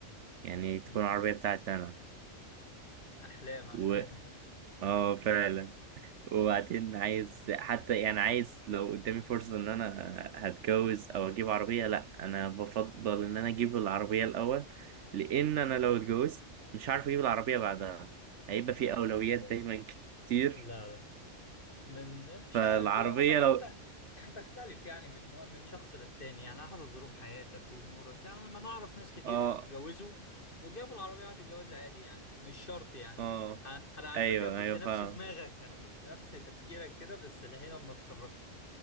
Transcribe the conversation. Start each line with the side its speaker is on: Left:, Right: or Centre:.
Right: يعني تكون
Left: مم.
Right: عربيه بتاعتي انا
Left: احلام احلام
Right: و اه فعلا وبعدين عايز حتى يعني عايز لو قدامي فرصة ان انا هتجوز او اجيب عربية لا انا بفضل ان انا اجيب العربية الاول لان انا لو اتجوزت مش عارف اجيب العربية بعدها
Left: <laughs>
Right: هيبقى في اولويات دايما كتير
Left: لا لا من مش
Right: فالعربية
Left: عارف هي هتختلف
Right: لو
Left: هتختلف يعني من و- من شخص للتاني يعني على حسب ظروف حياتك وامورك يعني لما نعرف ناس كتير
Right: اه
Left: اتجوزوا وجابوا العربية بعد الجواز عادي يعني مش شرط يعني
Right: اه
Left: انا أنا على
Right: ايوه
Left: فكرة كنت
Right: ايوه
Left: نفس
Right: فاهم
Left: دماغك انا كنت نفس تفكيرك كده بس الحين لما اتخرجت